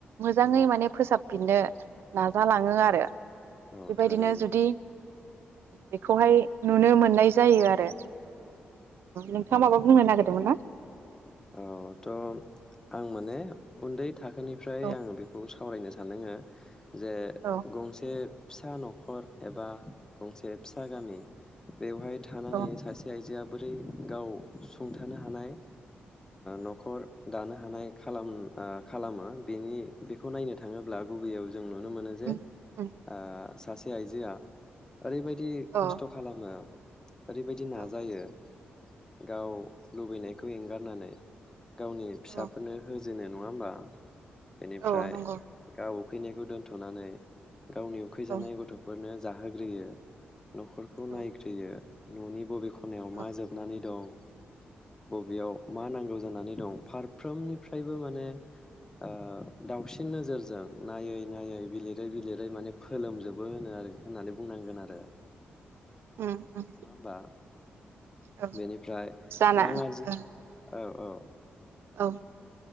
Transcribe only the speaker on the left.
औ
औ
थारैनो
औ
अ थ' आं माने उन्दै थाखोनिफ्राय
आङ बेखौ सावरायनो सानदोंङो। जे
गंसे फिसा न'खर एबा गंसे फि सा गामि बेवहाय थानानै
सासे आइजोआ बोरै गाव सुंथानो हानाय नखर दानो हानाय खालामो बेनि बेखौ नायनो थाङोब्ला गुबैयाव जों नुनो मोनो जे
ओ सासे आइजोआ ओरैबायदि खस्थ'
खालामो ओरैबायदि नाजायो
गाव लुबैनाय खौ एंगारनानै गावनि फिसाफोरनो
हो जेने नङा होमबा बेनिफ्राय
गाव उखैनायखौ दोन्थ'नानै गावनि उखैजानाय
गथ'फोरनो जाहोग्रोयो न'खरखौ
नायग्रोयो न'नि बबेख खनायाव
मा जोबनानै दं बबेयाव मा नांगौ जानानै दं फारफ्रोमनिफ्रायबो माने ओ दावसिन नोजोरजों नायै नायै बिलिरै बिलिरै माने फोलोमजोबो होनो आरो होननानै बुंनांगोन आरो नङा
होमबा
बेनिफ्राय
रां आरजि
औ औ